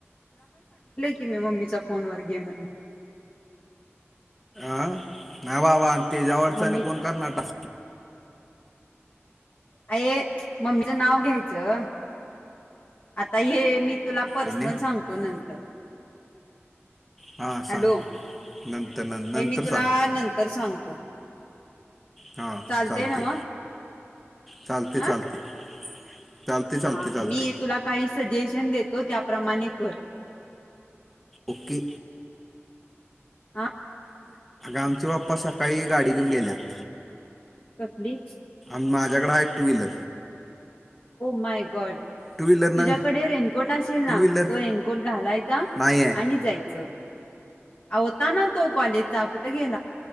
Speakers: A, on the left (about 40°); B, in the centre.
A: कि मी मम्मीचा फोन व गेमन
B: अं ना वा वा तेच्यावरचंने
A: मम्मीच
B: कोण करणार टाक
A: अ मम्मीचं नाव घ्यायचं आता हे मी तुला पर्सनल
B: आणि
A: सांगतो नंतर
B: हां
A: हॅलो
B: सांग नंतर नं नंतर
A: हे मी तुला नंतर सांगतो
B: हा
A: चालतंय
B: चालते
A: ना मग
B: चालते
A: हा
B: चालते चालते चालते
A: हा
B: चालते
A: मी तुला काही सजेशन देतो त्याप्रमाणे कर
B: उके
A: हा
B: आमचे बाप्पा सकाळी गाडी घेऊन गेल्यात
A: कसली
B: माझ्याकडे आहेा two wheeler
A: my God
B: two wheeler ना
A: तुझ्याकडे रेनकोट असेल ना
B: टू व्हीलर
A: तो रेनकोट घालायचा
B: नाही आहे
A: आणि जायचं होता ना तो कॉलेजचा कुठे गेला